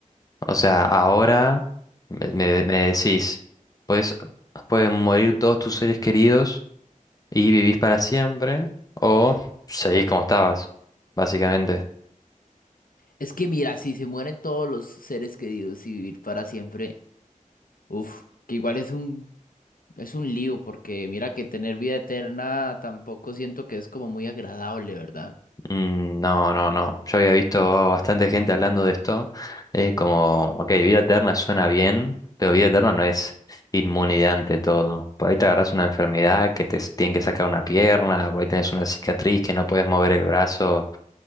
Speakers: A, on the left (about 25°); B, on the left (about 85°).
A: O sea, ahora me, me- me decís, pues pueden morir todos tus seres queridos y vivís para siempre, o seguís como estabas, básicamente.
B: Es que mira, si se mueren todos los seres queridos y vivir para siempre, uff, que igual es un, es un lío, porque mira que tener vida eterna tampoco siento que es como muy agradable, ¿verdad?
A: Mm, No, no, no. Yo había visto bastante gente hablando de esto. eh, como, ok, vida eterna suena bien, pero vida eterna no es inmunidad ante todo. Por ahí te agarras una enfermedad que te s- tienen que sacar una pierna, por ahí tenés una cicatriz que no puedes mover el brazo.